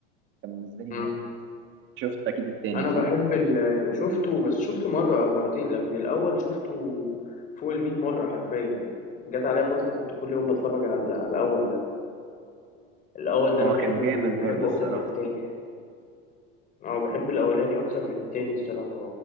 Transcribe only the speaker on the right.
كان بالنسبه لي
جامد شفت اكيد التاني
صح
هو
كان جامد
برضه الصراحه